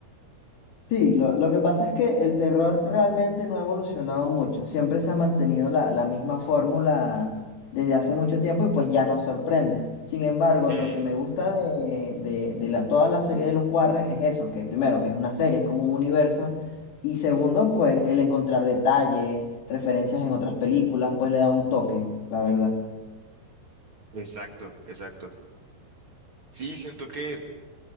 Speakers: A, on the left; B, on the right.
A: Sí, lo, lo que pasa es que el terror realmente no ha evolucionado mucho, siempre se ha mantenido la, la misma fórmula desde hace mucho tiempo y pues ya nos sorprende. Sin embargo,
B: Hmm,
A: lo que me gusta de, de- de la, toda la serie de los Warren es eso, que primero es una serie, es como un universo, y segundo, pues el encontrar detalles, referencias en otras películas, pues le da un toque, la verdad.
B: exacto, exacto. Sí, siento que